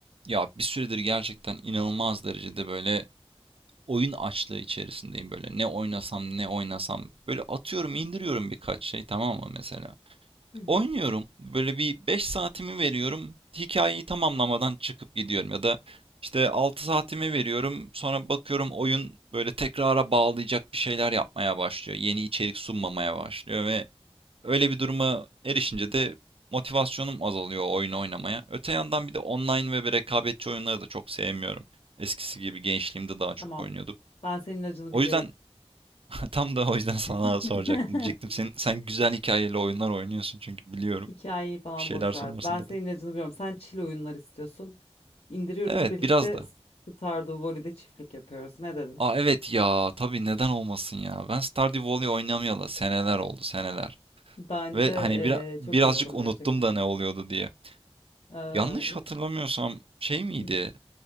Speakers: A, on the right (about 60°); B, on the left (about 70°).
A: Ya bir süredir gerçekten inanılmaz derecede böyle oyun açlığı içerisindeyim böyle. Ne oynasam ne oynasam böyle atıyorum indiriyorum birkaç şey tamam mı mesela.
B: Hı hı.
A: Oynuyorum böyle bir 5 saatimi veriyorum hikayeyi tamamlamadan çıkıp gidiyorum ya da işte 6 saatimi veriyorum sonra bakıyorum oyun böyle tekrara bağlayacak bir şeyler yapmaya başlıyor. Yeni içerik sunmamaya başlıyor ve Öyle bir duruma erişince de motivasyonum azalıyor o oyunu oynamaya. Öte yandan bir de online ve bir rekabetçi oyunları da çok sevmiyorum. Eskisi gibi gençliğimde daha çok
B: Tamam.
A: oynuyordum.
B: Ben senin acını
A: O
B: biliyorum.
A: yüzden <laughs> tam da o yüzden
B: <laughs>
A: sana soracaktım. Diyecektim sen, sen güzel hikayeli oyunlar oynuyorsun çünkü biliyorum.
B: Hikayeyi falan
A: Bir şeyler
B: boş
A: sorarsın
B: ver. Ben
A: dedim.
B: senin acını biliyorum. Sen chill oyunlar istiyorsun. İndiriyoruz
A: Evet
B: birlikte
A: biraz da.
B: Stardew Valley'de çiftlik yapıyoruz. Ne dedin?
A: Aa evet ya tabii neden olmasın ya. Ben Stardew Valley oynamayalı seneler oldu seneler.
B: Bence
A: Ve
B: eee,
A: hani bira- birazcık
B: çok iyi olur
A: unuttum
B: gerçekten.
A: da ne oluyordu diye.
B: Eee,
A: Yanlış hatırlamıyorsam şey miydi?
B: hı.